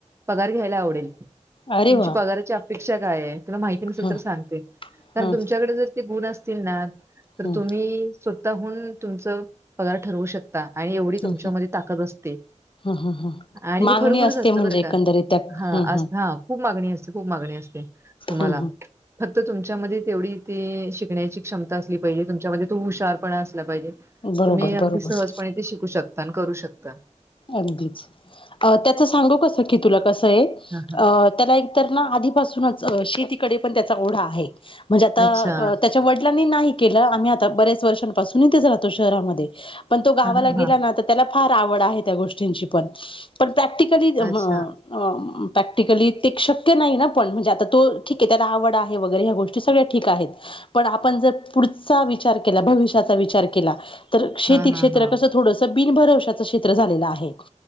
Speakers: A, on the right (about 20°); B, on the left (about 45°).
A: पगार घ्यायला आवडेल.
B: अरे
A: तुमची
B: वा
A: पगाराची अपेक्षा काय आहे. तुला माहिती नसल
B: हम्म
A: तर सांगते
B: हम्म
A: कारण तुमच्याकडे जर ते गुण असतील ना
B: हम्म
A: तर तुम्ही.
B: हम्म
A: हून तुमच पगार ठरवू शकता आणि एवढी
B: हम्म
A: तुमच्यामध्ये ताकद असते.
B: हम्म हम्म हम्म
A: आणि
B: मागणी
A: ते खरोखरच
B: असते
A: असत
B: म्हणजे
A: बरं
B: एकंदरीत
A: का
B: त्या
A: हा
B: हम्म
A: अस
B: हम्म
A: हा खूप मागणी अस.. खुप मागनी असते तुम्हाला.
B: हम्म
A: तर तुमच्यामध्ये तेवढी ते शिकण्याची क्षमता असली पहिले तुमच्यामध्ये तू हुशार पण... शिकला पाहिजे
B: हम्म बरोबर
A: तुम्ही अगदी
B: बरोबर
A: सहजपणे ते शिकू शकता आणि करू शकता.
B: अगदीच त्याच सांगू कस की तुला कस. अं
A: हां, हां.
B: त्याला एकतर आधीपासून शेतीकडे पण त्याचा ओढा आहे. म्हणजे आता
A: अच्छा.
B: त्याच्या वडिलांनी नाही.. केलं आम्ही आता बऱ्याच वर्षांपासूनच राहतो शहरामध्ये. पण तो गावाला
A: हां, हां, हां.
B: गेला ना त त्याला फार आवड आहे. तेनचि पण पण प्रॅटलीकली अंअं..
A: अच्छा.
B: प्रॅक्टिकली ते शक्य नाही ना पण म्हणजे आता तो ठीक आहे त्याला आवड आहे वगैरे ह्या गोष्टी सगळ्या ठीक आहेत... पण आपण जर पुढचा विचार केला भविष्याचा विचार केला.. तर शेती
A: हां,
B: क्षेत्र
A: हां, हां.
B: कसं थोडस बिनभरवशाचं क्षेत्र झालेलं आहे.